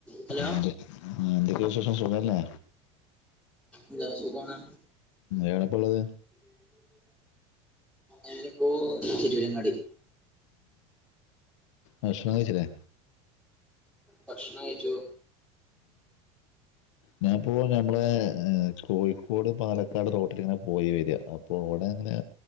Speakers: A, in the centre; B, on the left.
A: Hello
B: എന്ത്- എന്തൊക്കെ വിശേഷം സുഖല്ലെ
A: ന്താ സുഖണ്
B: എവടെപ്പാ ഉള്ളത്
A: ഞാനിപ്പോ തിരൂരങ്ങാടി
B: ഭഷണം കഴിച്ചില്ലെ
A: ഭക്ഷണം കഴിച്ചു
B: ഞാപ്പോ ഞമ്മളെ കോഴിക്കോട് പാലക്കാട് റോട്ടിലിങ്ങനെ പോയി വരിക അപ്പോൾ ഇവിടെ ഇങ്ങനെ